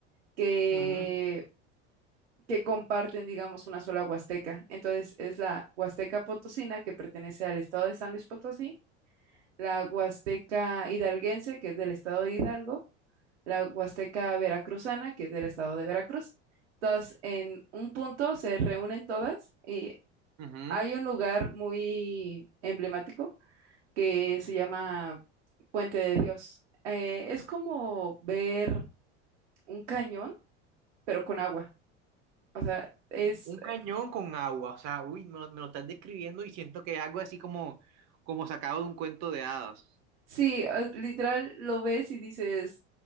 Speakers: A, on the right; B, on the right.
A: Que,
B: Ujú,
A: que comparten, digamos, una sola huasteca. Entonces, es la Huasteca Potosina, que pertenece al estado de San Luis Potosí, la Huasteca Hidalguense, que es del estado de Hidalgo, la Huasteca Veracruzana, que es del estado de Veracruz. Entonces, en un punto se reúnen todas y
B: ujú.
A: hay un lugar muy emblemático que se llama Puente de Dios. Eh, es como ver un cañón, pero con agua. O sea, es,
B: Un cañón con agua, o sea, uy, me lo, me lo estás describiendo y siento que es algo así como, como sacado de un cuento de hadas.
A: sí, eh, literal lo ves y dices,